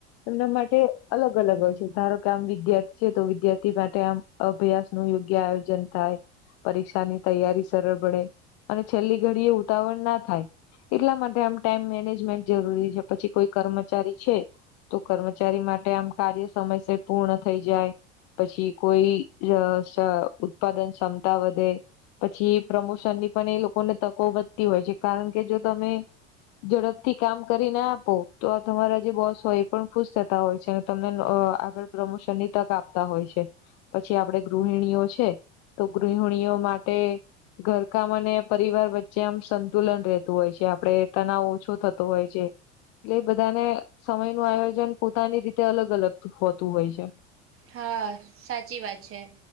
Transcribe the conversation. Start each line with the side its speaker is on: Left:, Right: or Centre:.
Left: એના માટે અલગ અલગ હોય છે ધારો કે આમ વિદ્યાર્થી છે તો વિદ્યાર્થી માટે આમ અભ્યાસ નું યોગ્ય આયોજન થાય પરીક્ષાની તૈયારી સરળ બડે અને છેલ્લી ઘડી એ ઉતાવળ ના થાય. એટલા માટે આમ ટાઈમ મેનેજમેન્ટ જરૂરી છે પછી કોઈ કર્મચારી છે. તો કર્મચારી માટે આમ કાર્ય સમયસ પૂર્ણ થઈ જાય. પછી કોઈ ય સ ઉત્પાદન ક્ષમતા વધે પછી પ્રમોશનની પણ એ લોકોને તકો વધતી હોય છે કારણ કે જો તમે ઝડપથી કામ કરી ના આપો તો આ તમારા જે બોસ હોય એ પણ ખુશ થતા હોય છે. તમને અ આગળ પ્રમોશન ની તક આપતા હોય છે પછી આપડે ગૃહિણીઓ છે. ગૃહણીઓ માટે ઘરકામ અને પરિવાર વચ્ચે આમ સંતુલન રહેતું હોય છે આપડે તનાવ ઓછો થતો હોય છે. એટલે બધાને સમય નું આયોજન પોતાની રીતે અલગ અલગ હોતું હોય છે.
Right: હા સાચી વાત છે.